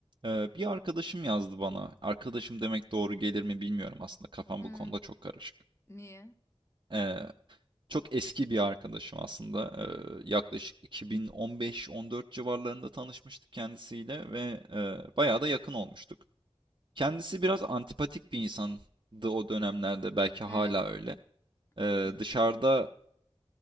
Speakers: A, on the right; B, on the left.
A: Ee, bir arkadaşım yazdı bana. Arkadaşım demek doğru gelir mi bilmiyorum aslında. Kafam
B: Hmm,
A: bu konuda çok karışık.
B: niye?
A: Ee, çok eski bir arkadaşım aslında. Ee, yaklaşık 2015-14 civarlarında tanışmıştık kendisiyle ve e, bayağı da yakın olmuştuk. Kendisi biraz antipatik bir insandı o dönemlerde. Belki hala
B: Evet.
A: öyle.
B: Hı
A: Ee,
B: hı.
A: dışarıda